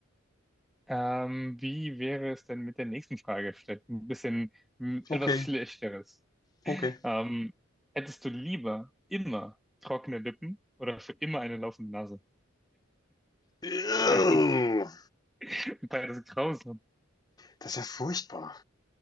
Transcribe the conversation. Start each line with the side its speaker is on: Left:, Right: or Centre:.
Centre: ähm, wie wäre es denn mit der nächsten Frage? Vielleicht ein bisschen mm, etwas
Left: Okay,
Centre: Schlechteres.
Left: okay.
Centre: Ähm, hättest du lieber immer trockene Lippen oder für immer eine laufende Nase?
Left: Ew,
Centre: <laughs> Beides grausam.
Left: Das ist ja furchtbar.